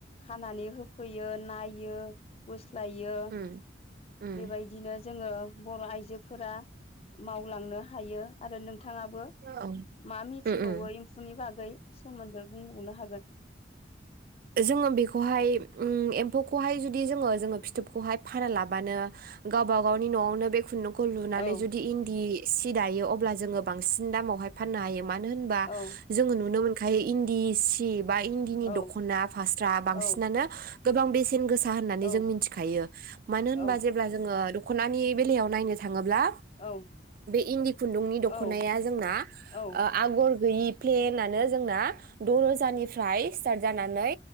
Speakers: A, on the left (about 35°); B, on the right (about 50°).
A: खानानै होफैयो नायो बो स्लायो
B: उम उम
A: बेबायदिनो जोङो बर' आइजोफोरा मावलांनो हायो आरो नों थाङाबो
B: औ उम
A: मा मिथिबावो
B: उम
A: इम फुनि बागै सोमोन्दो बुंबावनो हागोन।
B: जोङो बेखौहाय उम एम्फौखौहाय जुदि जोङो जोङो फिथोबखौहाय फाना लाबानो गावबा गावनि नआवनो बे खुन्दुं खौ लुनानै
A: औ
B: जुदि इन्दि सि दायो अब्ला जोङो बांसिन दामाव हाय फाननो हायो। मानो होनबा
A: औ
B: जोङो नुनो मोनो खाय इन्दि सि बा इंदिनि
A: औ
B: द ख'ना, फास्रा बांसिनानो
A: औ
B: गोबां बे सेन गोसा होननानै
A: औ
B: जों मिथिखायो। मानो होनबा
A: औ
B: जेब्ला जोङो दख'नानि बेलायाव नायनो था ङोब्ला
A: औ
B: बे इन्दि खुन्दुंनि दख'नाया
A: औ
B: जोंना
A: औ
B: आगर गैयि प्लेनानो जोंना द' रोजानिफ्राय स्टारट जानानै